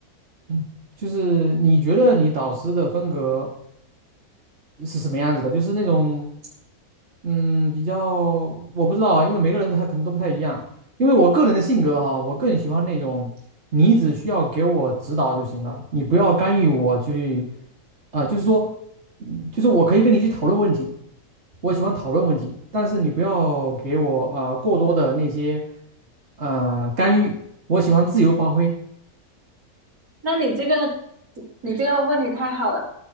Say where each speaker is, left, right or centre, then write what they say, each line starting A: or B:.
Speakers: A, on the right; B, on the right.
A: 嗯，就是你觉得你导师的风格是什么样子的？就是那种，嗯，比较我不知道啊，因为每个人他可能都不太一样。因为我个人的性格哈，我更喜欢那种你只需要给我指导就行了，你不要干预我去，啊、就是说，嗯就是我可以跟你去讨论问题，我喜欢讨论问题，但是你不要给我呃过多的那些呃干预，我喜欢自由发挥。
B: 那你这个你这个问题太好了。